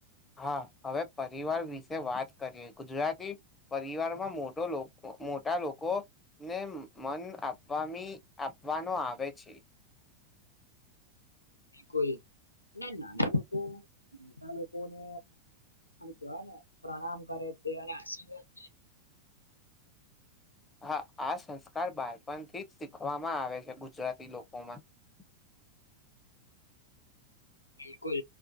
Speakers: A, on the left; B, on the left.
A: હા, હવે પરિવાર વિશે વાત કરીએ ગુજરાતી પરિવારમાં મોટો લોકો મોટા લોકોને મન આપવા આપવાનો આવે છે,
B: બિલકુલ અને નાના લોકો મોટા લોકોને આમ કેવાય ને પ્રણામ કરે તે આશીર્વાદ
A: <unintelligible> હા, આ સંસ્કાર બાળપણથી જ શીખવામાં આવે છે, ગુજરાતી લોકોમાં <unintelligible>
B: બિલકુલ